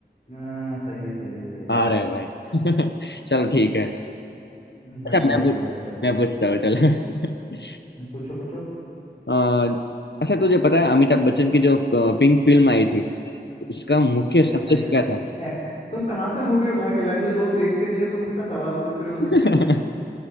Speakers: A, on the left; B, on the left.
A: हाँ, सही है सही है सही है
B: आ रहे भाई <laughs> चलो ठीक है
A: हम्म, बढ़िया
B: अच्छा मैं
A: हो गया
B: पूछ
A: तो चलो
B: मैं पूछता हूँ चल <laughs>
A: हम्म, पूछो पूछो
B: अ, अच्छा तुझे पता है अमिताभ बच्चन की जो पिंक फिल्म आई थी उसका मुख्य
A: अरे
B: संदेश
A: भाई
B: क्या था
A: ऐस तुम कहाँ से मूवी उठा के लाए जो लोग देखते नहीं हो तुम उसका सवाल पूछ रहे हो
B: <laughs>
A: मुझसे <laughs>